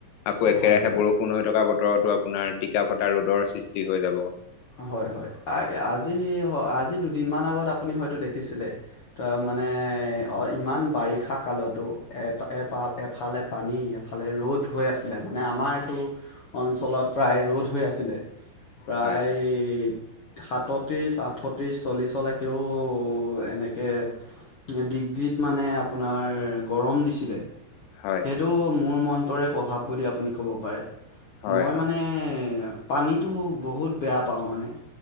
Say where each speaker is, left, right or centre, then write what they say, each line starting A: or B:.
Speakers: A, on the left; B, on the left.
A: আকৌ একেৰাহে
B: হয়
A: বৰষুণ হৈ থকা বতৰতো আপোনাৰ টিকা ফটা ৰ'দৰ সৃষ্টি হৈ যাব।
B: হয় হয়, আজি-আজি দুদিনমান আগত আপুনি হয়তো দেখিছিলে তাৰ মানে অ', ইমান বাৰিষাকালতো এ এপ এফালে পানী এফালে ৰ'দ হৈ আছিলে মানে আমাৰতো অঞ্চলত প্ৰায় ৰ'দ হৈ আছিলে, প্ৰায়
A: হয়
B: সাতত্ৰিশ, আঠত্ৰিশ, চল্লিশলৈকেও এনেকে ডিগ্ৰীত মানে আপোনাৰ গৰম দিছিলে।
A: হয়।
B: এইটো মোৰ মন্ত্ৰৰে প্ৰভাৱ বুলি আপুনি ক'ব পাৰে।
A: হয়
B: মই
A: হয়
B: মানে পানীটো বহুত বেয়া পাওঁ মানে,